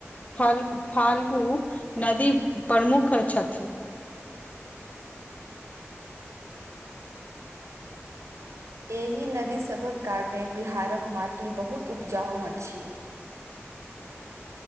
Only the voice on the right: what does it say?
एहि नदी सबक कारणे बिहारक माटी बहुत उपजाउ अछि